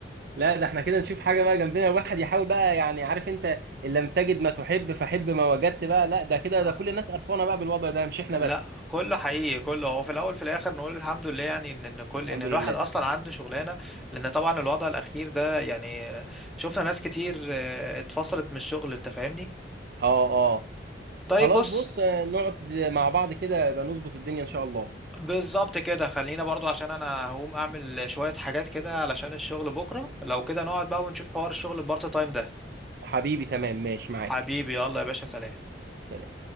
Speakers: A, on the right; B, in the centre.
A: لا ده احنا كده نشوف حاجة بقى جنبنا الواحد يحاول بقى يعني عارف انت ان لم تجد ما تحب فحب ما وجدت بقى لا ده كده
B: اه
A: ده كل الناس قرفانة بقى بالوضع ده مش احنا
B: لا
A: بس
B: كله حقيقي كله هو في الاول في الاخر نقول الحمد لله يعني ان إن كل
A: الحمد
B: ان الواحد
A: لله
B: اصلا عنده شغلانه لان طبعا الوضع الاخير ده يعني آه، شفنا ناس كتير آه، اتفصلت من الشغل انت فاهمني
A: اه اه
B: طيب
A: خلاص
B: بص
A: بص آه، نقعد مع بعض كده يبقى نظبط الدنيا ان شاء الله
B: بالظبط كده خلينا برضو عشان انا هقوم اعمل شويه حاجات كده علشان الشغل بكره لو كده نقعد بقى ونشوف حوار الشغل البارت تايم ده
A: حبيبي تمام ماشي
B: حبيبي
A: معاك
B: يلا يا باشا سلام
A: سلام